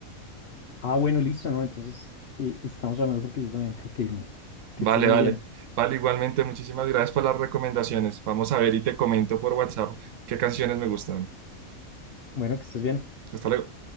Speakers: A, on the left; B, on the right.
A: Ah, bueno, listo, ¿no? Entonces eh, estamos hablando porque yo también tengo que irme. Que
B: Vale,
A: estés muy
B: vale.
A: bien.
B: Vale, igualmente, muchísimas gracias por las recomendaciones. Vamos a ver y te comento por WhatsApp qué canciones me gustan.
A: Bueno, que estés bien.
B: Hasta luego.